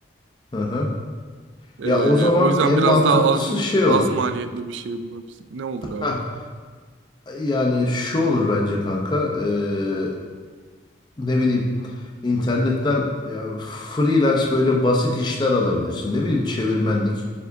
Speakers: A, on the left (about 25°); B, on the right (about 75°).
A: Hı hı.
B: Ee,
A: Ya o zaman
B: o yüzden
A: en
B: biraz
A: mantıklısı
B: daha az
A: şey
B: az
A: olur.
B: maliyetli bir şey bulabilirsin. Ne olur abi?
A: Heh, Yani şu olur bence kanka. eee, ne bileyim internetten ya, freelance böyle basit işler alabilirsin. Ne bileyim çevirmenlik